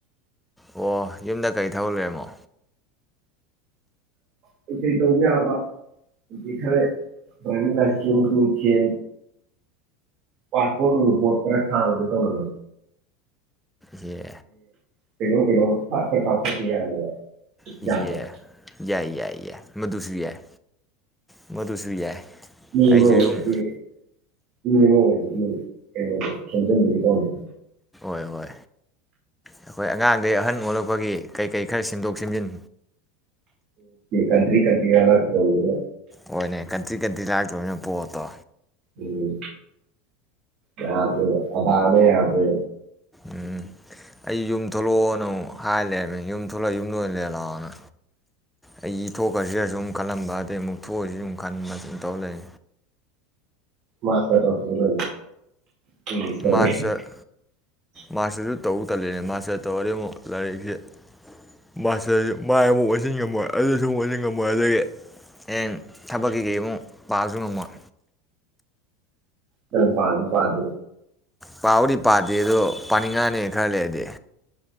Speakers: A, in the centre; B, on the right.
A: ꯑꯣ ꯌꯨꯝꯗ ꯀꯩ ꯊꯕꯛ ꯂꯩꯔꯃꯣ
B: ꯀꯩ ꯀꯩ ꯇꯧꯕ ꯌꯕ ꯈꯔ ꯗ꯭ꯔꯥꯏꯐꯤꯡ ꯂꯥꯏꯁꯦꯟ ꯅꯨꯡꯁꯦꯟ ꯄꯥꯁꯄꯣꯔ ꯅꯨꯡꯄꯣꯠ ꯈꯔ ꯍꯥꯡꯉꯨꯒꯦ ꯇꯧꯅꯦ
A: ꯌꯦ
B: ꯀꯩꯅꯣꯝ ꯀꯩꯅꯣꯝ ꯐꯠ ꯀꯄ ꯌꯥꯅ
A: ꯏꯍꯦ
B: ꯌꯥꯗ
A: ꯌꯥꯏ ꯃꯗꯨꯁꯨ ꯌꯥꯏ ꯃꯗꯨꯨꯁꯨ ꯌꯥꯏ
B: ꯃꯤꯑꯃ
A: ꯑꯩꯁꯨ
B: ꯑꯣꯏꯔꯗꯤ
A: ꯌꯨꯝ
B: ꯃꯤ ꯑꯃ ꯑꯣꯏ ꯀꯩꯅꯣꯗꯣ ꯁꯦꯝꯖꯟꯗꯧꯒꯤ ꯇꯧꯔꯦ
A: ꯍꯣꯏ ꯍꯣꯏ ꯑꯩꯈꯣꯏ ꯑꯉꯥꯡꯗꯩ ꯑꯍꯟ ꯑꯣꯜꯂꯛꯄꯒꯤ ꯀꯩꯀꯩ ꯈꯔ ꯁꯦꯝꯗꯣꯛ ꯁꯦꯝꯖꯤꯟ
B: ꯀꯟꯇ꯭ꯔꯤ ꯀꯟꯇ꯭ꯔꯤ ꯂꯥꯜꯂꯛꯇꯣꯔꯕꯅꯤꯅ
A: ꯍꯣꯏꯅꯦ ꯀꯟꯇ꯭ꯔꯤ ꯀꯟꯇ꯭ꯔꯤ ꯂꯥꯛꯇꯣꯏꯅꯣ ꯄꯣꯠꯇꯣ
B: ꯎꯝ ꯌꯥꯗ꯭ꯦ ꯑꯗꯥꯔꯅ ꯌꯥꯗ꯭ꯔꯦ
A: ꯎꯝ ꯑꯩ ꯌꯨꯝ ꯊꯣꯛꯂꯛꯑꯣꯅ ꯑꯃꯨꯛ ꯍꯥꯏ ꯂꯩꯔꯕꯅꯦ ꯌꯨꯝ ꯊꯣꯛꯂꯛ ꯌꯨꯝꯗ ꯑꯣꯏ ꯂꯩꯔꯦ ꯂꯥꯛꯑꯣꯅ ꯑꯩꯒꯤ ꯊꯣꯛꯈꯁꯤꯔꯁꯨꯝ ꯈꯜꯂꯝꯕ ꯑꯗꯩ ꯑꯃꯨꯛ ꯊꯣꯛꯑꯣꯏꯁꯤ ꯑꯗꯨꯨꯝ ꯈꯟꯕ ꯁꯨꯝ ꯇꯧ ꯂꯩ
B: ꯃꯥꯁꯇꯔ ꯇꯧꯁꯤꯜꯂꯨ ꯀꯩꯅꯣ <unintelligible>
A: ꯃꯥꯁꯇꯔ ꯃꯥꯁꯇꯔꯁꯨ ꯇꯧ ꯇꯜꯂꯤꯅꯦ ꯃꯥꯁꯇꯔ ꯇꯧꯔꯗꯤ ꯑꯃꯨꯛ ꯂꯥꯏꯔꯤꯛꯁꯤ ꯃꯥꯁꯇꯔꯁꯤ ꯃꯥꯏ ꯑꯃꯨꯛ ꯑꯣꯟꯁꯤꯟ ꯉꯝꯃꯣꯏ ꯑꯗꯨꯁꯨ ꯑꯃꯛ ꯑꯣꯟꯁꯤꯟ ꯉꯝꯃꯣꯏ ꯑꯗꯒꯤ ꯍꯌꯦꯡ ꯊꯕꯛ ꯀꯩꯀꯩ ꯑꯃꯨꯛ ꯄꯥꯕꯁꯨ ꯉꯝꯃꯣꯏ
B: ꯅꯪ ꯄꯥꯁꯨ ꯄꯥꯗꯦ
A: ꯄꯥꯎꯗꯤ ꯄꯥꯗꯦ ꯑꯗꯣ ꯄꯥꯅꯤꯡꯉꯛꯅꯦ ꯈꯔ ꯂꯩꯔꯗꯤ